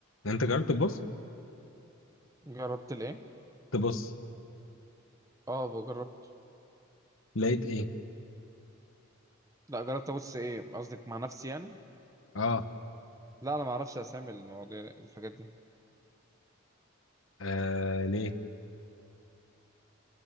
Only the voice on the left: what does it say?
انت جربت تبص
تبص
لقيت ايه
اه,
آه ليه